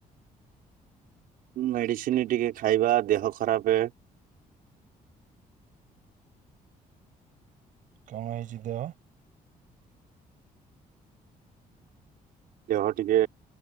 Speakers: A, on the right (about 80°); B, on the right (about 65°).
A: ମେଡିସିନ ଟିକେ ଖାଇବା ଦେହ ଖରାପେ‌।
B: କ ହେଇଛି ଦେହ?
A: ଦେହ ଟିକେ